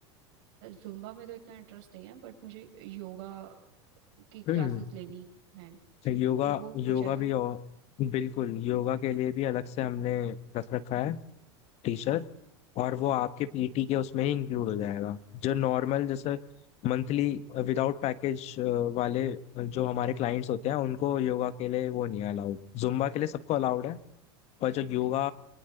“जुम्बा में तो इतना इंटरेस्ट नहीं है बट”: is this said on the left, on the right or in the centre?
Right